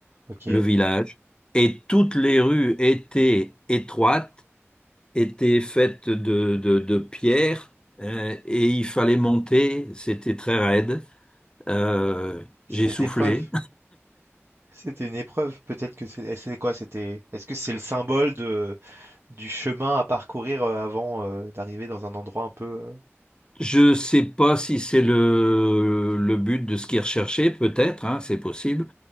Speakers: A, on the right; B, on the left.
A: Ok.
B: le village, et toutes les rues étaient étroites était faite de, de, de pierre euh, et il fallait monter, c'était très raide. Euh,
A: C'était
B: j'ai soufflé.
A: une épreuve. C'était une épreuve, peut-être que c'est eh, c'est quoi? C'était, est-ce que c'est le symbole de, du chemin à parcourir euh, avant euh, d'arriver dans un endroit un peu. euh,
B: Je sais pas si c'est le, le but de ce qu'ils recherchaient, peut-être, hein, c'est possible.